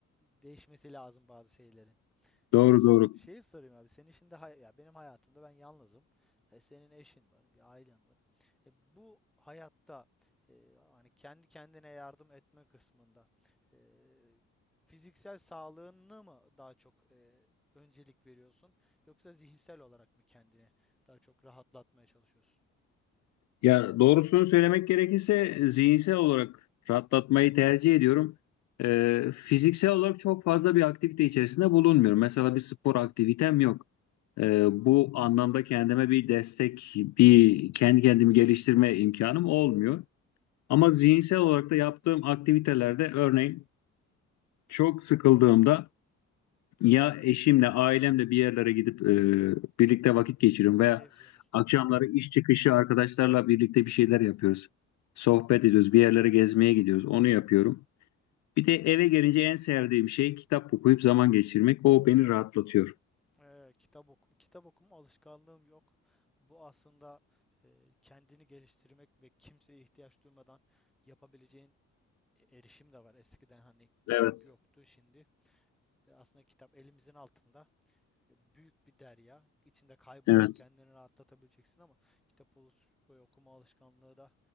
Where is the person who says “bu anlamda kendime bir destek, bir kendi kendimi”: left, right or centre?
Left